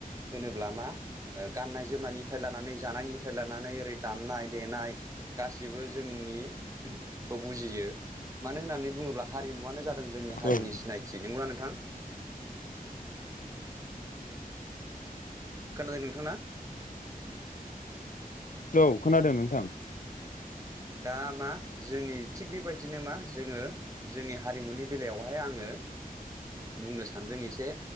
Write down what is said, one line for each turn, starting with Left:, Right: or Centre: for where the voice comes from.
Right: होनोब्ला मा ओ गाननाय जोमनायनिफ्राय लानानै जानायनिफ्राय लानानै ओरै दामनाय देनाय गासिबो जों नि खौ बुजियो मानो होननानै बुङोब्ला हारिमुवानो जादों जोंनि हारिनि
Left: औ
Right: सिनायथि। नोंगौना नोंथां? खोनादों नोंथां ना?
Left: औ खोनादों नोंथां।
Right: दा मा जोंनि थिग बेबायदिनो मा जोङो जोंनि हारिमुनि बेलायावहाय आङो बुंनो सानदों एसे